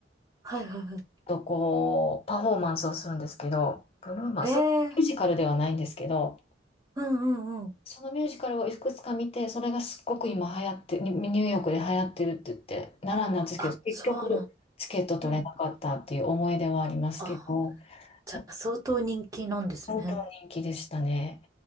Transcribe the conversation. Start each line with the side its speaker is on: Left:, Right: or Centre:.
Right: はいはいはい。
Left: とこう、パフォーマンスをするんですけど、ブルーマー、
Right: ええ
Left: それミュージカルではないんですけど、
Right: うんうんうん。
Left: そのミュージカルをいくつか見て、それがすっごく今流行って、ニニューヨークで流行ってるって言って、奈良なんですけど、
Right: あ、
Left: 結局
Right: そうなん。
Left: チケット取れなかったっていう思い出はありますけど、
Right: うん。あ、
Left: そう、
Right: じゃあ相当人気なんですね。
Left: 本当人気でしたね。